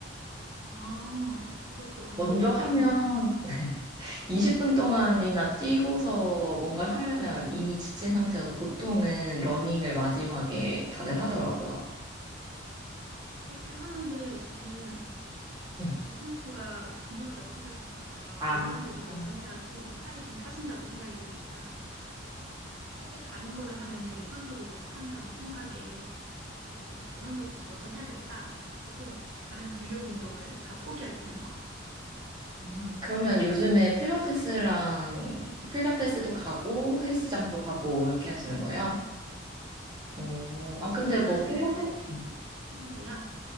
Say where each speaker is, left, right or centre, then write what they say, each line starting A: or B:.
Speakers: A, on the right; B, on the right.
A: 아, 그것도 방법이네요.
B: 먼저 하면 20분 동안이나 뛰고서 뭔가를 하려면 이미 지친 상태여서 보통은 러닝을 마지막에 다들 하더라고요.
A: 그렇게 하는데 저는
B: 네.
A: 유산소가 중요하다고 생각이 드나 봐요.
B: 아,
A: 유산소를 먼저
B: 아,
A: 해야지 살이 좀 빠진다고 생각이 드니까 쉽게 다른 거를 하면 유산소를 못 한다는 생각에 무조건 유산소부터 먼저 해야겠다 하고 다른 근력 운동을 다 포기하게 되는 것 같아요.
B: 아, 그러면 요즘에 필라테스랑 필라테스도 가고
A: 헬스도 가고.
B: 헬스장도 가고 이렇게 하시는 거예요? 오,
A: 어,
B: 아, 근데
A: 최근까지는
B: 뭐 필라테스,
A: 그렇게
B: 음.
A: 했는데요.